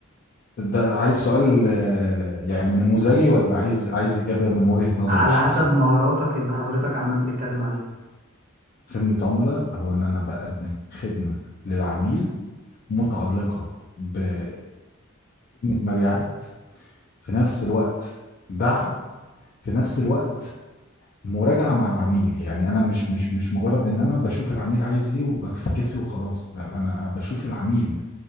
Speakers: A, on the left; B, on the right.
A: ده عايز سؤال آه، يعني نموذجي ولا عايز عايز إجابة من وجهة نظري
B: على
A: الشخصية
B: حسب مهاراتك اللي حضرتك عمال بتتكلم عليها
A: خدمة عملاء هو إن أنا بقدم خدمة للعميل متعلقة بخدمة مبيعات في نفس الوقت دعم في نفس الوقت مراجعة مع العميل يعني أنا مش مش مش مجرد إن أنا بشوف العميل عايز إيه وبفكس له خلاص لا أنا بشوف العميل